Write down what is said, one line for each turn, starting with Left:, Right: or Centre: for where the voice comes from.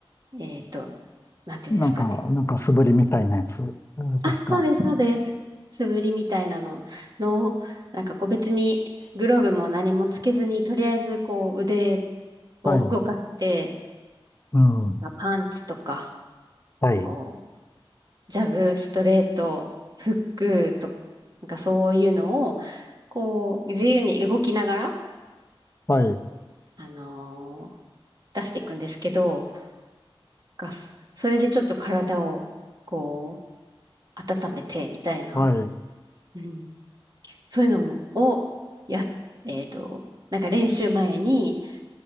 Right: えっと、なんていうんですかね。
Left: なんか、なんか素振りみたいなやつ
Right: あ、
Left: ですか。
Right: そうです、そうです。素振りみたいなのの、なんかこう別にグローブも何もつけずに、とりあえずこう腕
Left: はい。
Right: を動かして、
Left: うん。
Right: まあパンチとか、
Left: はい。
Right: こう、ジャブ、ストレート、フックとか、なんかそういうのを、こう、自由に動きながら、
Left: はい。
Right: あのー出していくんですけど、がそれでちょっと体を、こう、温めて、みたいな。
Left: はい。
Right: うんそういうのをや、えっと、なんか練習前に、